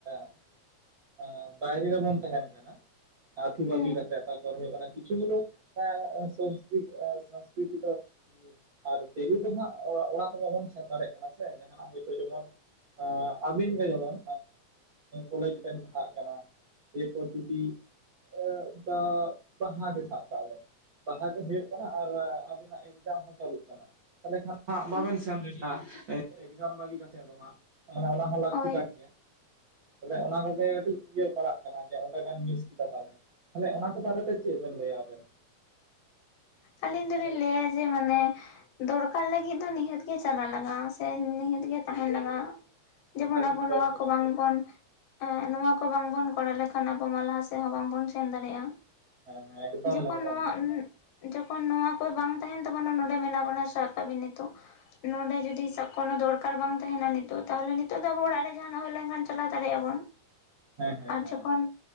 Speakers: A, on the right; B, on the left.
A: ᱮᱸ ᱮᱸ ᱵᱟᱭᱨᱮ ᱨᱮᱵᱚᱱ ᱛᱟᱦᱮᱱ ᱠᱟᱱᱟ ᱟᱹᱛᱩ
B: ᱦᱮᱸ
A: ᱵᱟᱹᱜᱤ ᱠᱟᱛᱮᱜ ᱛᱟᱨᱯᱚᱨ ᱦᱩᱭᱩᱜ ᱠᱟᱱᱟ ᱠᱤᱪᱷᱩ ᱜᱩᱞᱳ ᱦᱮᱸ ᱥᱚᱝᱥᱠᱨᱤ ᱥᱚᱝᱥᱠᱨᱤᱛᱤ ᱫᱚ ᱟᱨ ᱰᱮᱞᱤ ᱫᱚ ᱦᱟᱸᱜ ᱚᱲᱟᱜ ᱫᱚ ᱵᱟᱵᱚᱱ ᱥᱮᱱ ᱫᱟᱲᱮᱭᱟᱜ ᱠᱟᱱᱟ ᱥᱮ ᱡᱟᱦᱟᱱᱟᱜ ᱦᱳᱭᱛᱳ ᱡᱮᱢᱚᱱ ᱮ ᱟᱹᱵᱤᱱ ᱜᱮ ᱡᱮᱢᱚᱱ ᱠᱚᱞᱮᱡᱽ ᱵᱤᱱ ᱯᱟᱲᱦᱟᱜ ᱠᱟᱱᱟ᱾ ᱨᱮ ᱯᱚᱨ ᱡᱩᱫᱤ <unintelligible> ᱯᱟᱸᱲᱦᱟ ᱜᱮ ᱥᱟᱵ ᱠᱟᱜ ᱵᱮᱱ᱾ ᱵᱟᱦᱟ ᱜᱮ ᱦᱩᱭᱩᱜ ᱠᱟᱱᱟ ᱟᱨ ᱟᱵᱤᱱᱟᱜ ᱮᱠᱡᱟᱢ ᱦᱚᱸ ᱪᱟᱹᱞᱩᱜ ᱠᱟᱱᱟ ᱛᱟᱦᱚᱞᱮ ᱠᱷᱟᱱ <unintelligible> ᱵᱟᱵᱮᱱ
B: ᱦᱮᱸ
A: ᱥᱮᱱ ᱞᱮᱱᱟ ᱮᱠᱡᱟᱢ ᱵᱟᱹᱜᱤ ᱠᱟᱛᱮᱫ ᱫᱚ ᱦᱟᱸᱜ, ᱚᱱᱟ ᱦᱚᱸ ᱞᱟᱹᱠᱛᱤ
B: ᱦᱳᱭ
A: ᱠᱟᱱ ᱜᱮᱭᱟ, ᱵᱚᱞᱮ ᱚᱱᱟ ᱠᱚᱜᱮ ᱠᱟᱹᱴᱤᱡ ᱤᱭᱟᱹ ᱯᱟᱲᱟᱜ ᱜᱮ᱾ ᱚᱱᱟ ᱡᱮ ᱚᱸᱰᱮ ᱵᱮᱱ ᱢᱤᱥ ᱠᱮᱫᱟ ᱛᱟᱦᱚᱞᱮ ᱛᱟᱦᱚᱞᱮ ᱚᱱᱟ ᱠᱚ ᱵᱟᱨᱮᱛᱮ ᱪᱮᱫ ᱵᱮᱱ ᱞᱟᱹᱭᱟ ᱟᱵᱮᱱ?
B: ᱟᱹᱞᱤᱧ ᱫᱚᱞᱤᱧ
A: ᱢᱟᱱᱮ
B: ᱞᱟᱹᱭᱟ ᱡᱮ ᱦᱟᱱᱮ ᱫᱚᱲᱠᱟᱨ ᱞᱟᱹᱜᱤᱫ ᱫᱚ ᱱᱤᱦᱟᱹᱛ ᱜᱮ ᱪᱟᱞᱟᱜ ᱞᱟᱜᱟᱜᱼᱟ ᱥᱮ ᱱᱤᱦᱟᱹᱛ ᱜᱮ ᱛᱟᱸᱦᱮᱱ ᱞᱟᱜᱟᱜᱼᱟ᱾ ᱡᱮᱢᱚᱱ
A: ᱵᱷᱟᱹᱜᱤ
B: ᱟᱵᱚ
A: ᱯᱚᱭᱮᱱᱴ
B: ᱱᱚᱣᱟ
A: ᱜᱮᱵᱮᱱ
B: ᱠᱚ ᱵᱟᱝ
A: ᱞᱟᱹᱭ ᱠᱟᱫᱟ
B: ᱵᱚᱱ ᱮᱸᱜ ᱱᱚᱣᱟ ᱠᱚ ᱵᱟᱝᱵᱚᱱ ᱠᱚᱨᱟᱣ ᱞᱮᱠᱷᱟᱱ ᱟᱵᱚ ᱢᱟ ᱞᱟᱦᱟ ᱥᱮᱫ ᱦᱚᱸ ᱵᱟᱝᱵᱚᱱ ᱥᱮᱱ ᱫᱟᱲᱮᱭᱟᱜᱼᱟ᱾
A: ᱦᱮᱸ ᱦᱮᱸ ᱮᱠᱫᱚᱢ
B: ᱡᱚᱠᱷᱚᱱ
A: ᱮᱠᱫᱚᱢ
B: ᱱᱚᱣᱟ <unintelligible> ᱡᱚᱠᱷᱚᱱ ᱱᱚᱣᱟ ᱠᱚ ᱵᱟᱝ ᱛᱟᱸᱦᱮᱱ ᱛᱟᱵᱚᱱᱟ ᱱᱚᱰᱮ ᱢᱮᱱᱟᱜ ᱵᱚᱱᱟ ᱥᱟᱵ ᱠᱟᱜ ᱵᱤᱱ ᱱᱤᱛᱚᱜ ᱱᱚᱸᱰᱮ ᱡᱩᱫᱤ <unintelligible> ᱠᱳᱱᱳ ᱫᱚᱨᱠᱟᱨ ᱵᱟᱝ ᱛᱟᱦᱮᱱᱟ ᱱᱤᱛᱚᱜ, ᱛᱟᱦᱚᱞᱮ ᱱᱤᱛᱚᱜ ᱫᱚ ᱟᱵᱚ ᱚᱲᱟᱜ ᱨᱮ ᱡᱟᱸᱦᱟᱱᱟᱜ ᱦᱩᱭ ᱞᱮᱱᱠᱷᱟᱱ ᱪᱟᱞᱟᱣ ᱫᱟᱲᱮᱭᱟᱜᱼᱟ ᱵᱚᱱ᱾
A: ᱦᱮᱸ ᱦᱮᱸ
B: ᱟᱨ
A: ᱦᱮᱸ
B: ᱡᱚᱠᱷᱚᱱ